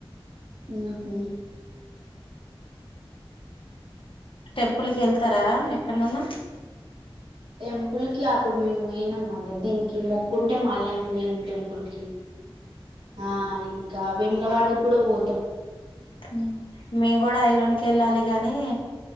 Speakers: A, on the right; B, on the left.
A: ఊహు
B: టెంపుల్కి ఎళ్తారా ఎక్కడ్నన్నా.
A: టెంపుల్ కి అప్పుడు మేం పాయినమ్ మ దద్దినికి. మేం మొక్కుంటే మల్లన్న దేవుని టెంపుల్ కి. ఆ ఇంకా వేములవాడ. కూడా పోతమ్.
B: ఊ మేం గూడా ఎల్లుండికి ఎళ్ళాలి గానీ.